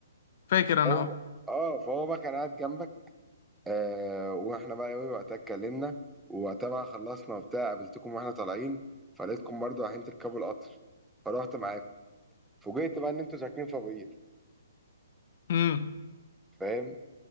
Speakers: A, on the left; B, in the centre.
A: فاكر انا
B: هو
A: اه
B: اه فهو بقى كان قاعد جنبك آه واحنا بقى ايه وقتها اتكلمنا ووقتها بقى خلصنا وبتاع قابلتكم واحنا طالعين فلقيتكم برضه رايحين تركبوا القطر فرحت معاكم فوجئت بقى ان انتوا ساكنين في ابوير
A: امم
B: فاهم